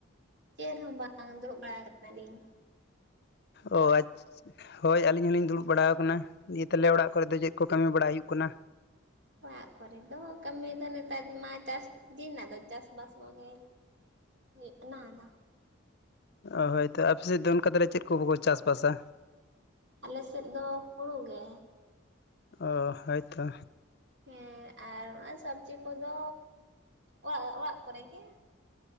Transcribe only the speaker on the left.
ᱚ ᱟᱪᱪᱷᱟ ᱦᱳᱭ ᱟᱹᱞᱤᱧ ᱦᱚᱞᱤᱧ ᱫᱩᱲᱩᱵ ᱵᱟᱲᱟ ᱟᱠᱟᱱᱟ᱾ ᱱᱤᱭᱮ ᱛᱟᱦᱟᱞᱮ ᱚᱲᱟᱜ ᱠᱚᱨᱮ ᱫᱚ ᱪᱮᱫ ᱠᱚ ᱠᱟᱹᱢᱤ ᱵᱟᱲᱟ ᱦᱩᱭᱩᱜ ᱠᱟᱱᱟ?
ᱚ ᱦᱳᱭᱛᱚ ᱟᱯᱮᱥᱮᱫ ᱫᱚ ᱚᱱᱠᱟ ᱛᱟᱞᱮ ᱪᱮᱫ ᱠᱚ ᱵᱟᱠᱚ ᱪᱟᱥ ᱵᱟᱥᱟ?
ᱚ ᱦᱮᱛᱚ